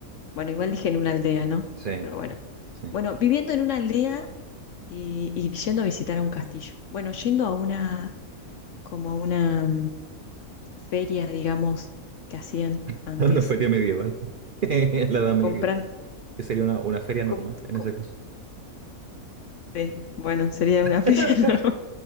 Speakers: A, on the left; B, on the right.
A: Bueno, igual dije en una aldea, ¿no?
B: Sí,
A: Pero bueno.
B: sí.
A: Bueno, viviendo en una aldea y, y yendo a visitar a un castillo. Bueno, yendo a una, como a una mm, feria, digamos, que hacían
B: <laughs>
A: antes.
B: Una feria medieval. <laughs> En la Edad Media.
A: compran,
B: Que sería una, una feria normal
A: co-
B: en
A: co-
B: ese caso.
A: sí, bueno, sería una <laughs> feria
B: <laughs>
A: ¿no?